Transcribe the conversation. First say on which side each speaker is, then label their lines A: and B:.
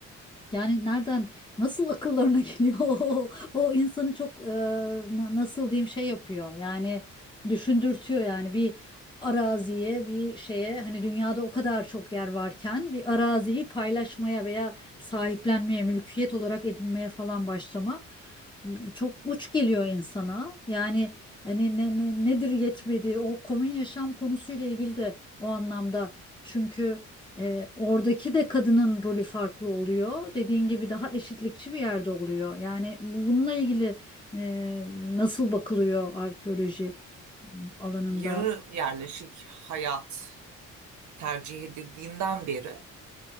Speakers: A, on the left (about 15°); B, on the right (about 70°).
A: yani nereden nasıl akıllarına <laughs> geliyor o, o insanı çok e, na- nasıl diyeyim şey yapıyor yani düşündürtüyor yani bir araziye bir şeye hani dünyada o kadar çok yer varken bir araziyi paylaşmaya veya sahiplenmeye mülkiyet olarak edinmeye falan başlama m, çok uç geliyor insana yani hani ne, ne- nedir yetmedi o komün yaşam konusuyla ilgili de o anlamda çünkü e, oradaki de kadının rolü farklı oluyor. Dediğin gibi daha eşitlikçi bir yerde oluyor. Yani bununla ilgili e, nasıl bakılıyor arkeoloji alanında?
B: Yarı yerleşik hayat tercih edildiğinden beri